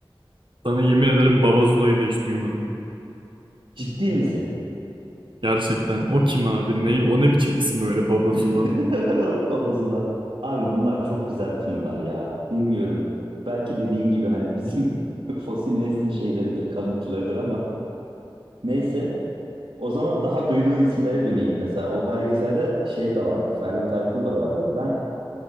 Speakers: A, on the right; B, on the right.
A: Sana yemin ederim Babazula'yı da hiç duymadım.
B: ciddi misin?
A: Gerçekten. O kim abi? Ne, o ne biçim isim öyle Babazula?
B: <laughs> Babası da. Abi bunlar çok güzel tınılar ya. Bilmiyorum. Belki dediğin gibi hani bizim <laughs> fosil neslin şeyleridir, kalıntılarıdır ama neyse. O zaman daha duyduğun isimlere döneyim. Mesela o belgeselde şey de vardı. Ferdi Tayfur da vardı. Ben